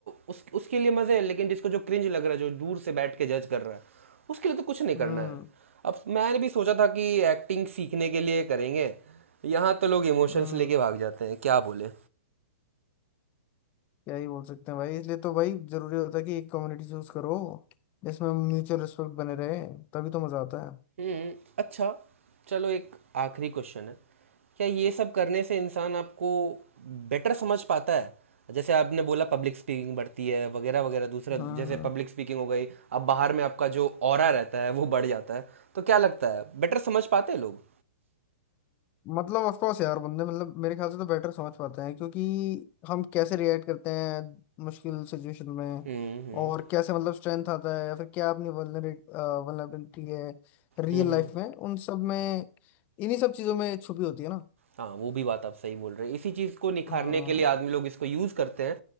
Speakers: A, on the right; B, on the left.
A: उस उसके लिए मजे है लेकिन जिसको जो क्रिंज लग रहा है जो दूर से बैठ के जज कर रहा है उसके लिए तो कुछ नहीं करना
B: हम्म
A: है अब मैंने भी सोचा था कि एक्टिंग सीखने के लिए करेंगे यहाँ तो लोग इमोशंस
B: हम्म,
A: लेके भाग जाते हैं क्या बोले
B: क्या ही बोल सकते हैं भाई इसलिए तो भाई जरूरी होता है कि एक कम्युनिटी चूज करो जिसमें म्यूचुअल रिस्पेक्ट बने रहे तभी तो मजा आता है
A: हुँ, अच्छा चलो एक आखिरी क्वेश्चन है। क्या ये सब करने से इंसान आपको बेटर समझ पाता है? जैसे आपने बोला पब्लिक स्पीकिंग बढ़ती है वगैरह वगैरह दूसरा
B: हाँ
A: जैसे पब्लिक स्पीकिंग हो गई अब बाहर में आपका जो ऑरा रहता है वो बढ़ जाता है तो क्या लगता है बेटर समझ पाते हैं लोग
B: मतलब ऑफ कोर्स यार बंदे मतलब मेरे ख्याल से तो बेटर समझ पाते हैं क्योंकि हम कैसे रिएक्ट करते हैं मुश्किल सिचुएशन में
A: हम्म हम्म
B: और कैसे मतलब स्ट्रेंथ आता है या फिर क्या अपनी वल्नरेट वल्नरेबिलिटी है रियल
A: हम्म
B: लाइफ में उन सब में इन्हीं सब चीजों में छुपी होती है ना
A: हाँ वो भी बात आप सही बोल रहे हैं इसी चीज़ को निखारने
B: हाँ
A: के लिए आदमी लोग इसको यूज़ करते हैं